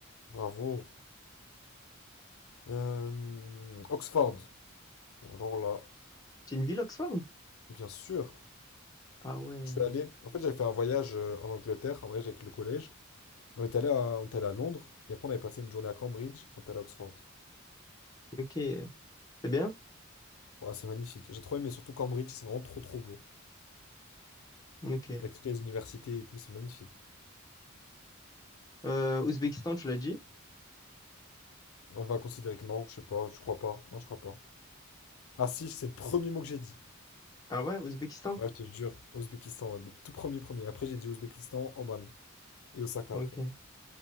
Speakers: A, on the left (about 80°); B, on the left (about 20°).
A: Bravo. Euh, Oxford. Bon, alors là,
B: C'est une ville Oxford?
A: bien sûr.
B: Ah ouais.
A: Je suis allé. En fait, j'avais fait un voyage euh, en Angleterre, un voyage avec le collège. On est allé à, on est allé à Londres et après on avait passé une journée à Cambridge, on est allé à Oxford.
B: Ok. C'est bien?
A: Ouais, c'est magnifique. J'ai trop aimé, surtout Cambridge, c'est vraiment trop trop beau.
B: Ok.
A: Avec toutes les universités et tout, c'est magnifique.
B: Euh, Ouzbékistan, tu l'as dit?
A: On va considérer que non, je sais pas, je crois pas. Non, je crois pas. Ah si, c'est le premier mot que j'ai dit.
B: Ah ouais, Ouzbékistan?
A: Ouais, je te jure, Ouzbékistan, ouais, le tout premier premier. Après j'ai dit Ouzbékistan, Oman et Osaka
B: Ok.
A: après.